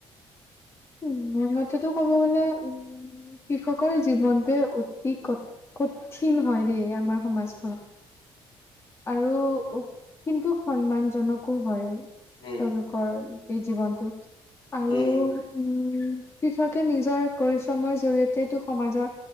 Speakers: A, on the left; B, on the left.
A: উম মোৰ মতেতো ক'ব গলে উ কৃষকৰ জীৱনতোৱে অতি ক কঠিন হয় দেই আমাৰ সমাজ
B: উম
A: আৰু কিন্তু সন্মান জনকো হয়।
B: উম
A: তেওঁলোকৰ এই জীৱনটো আৰু
B: উম
A: উম কৃষকে নিজৰ পৰিশ্ৰমৰ জৰি়য়তেটো সমাজৰ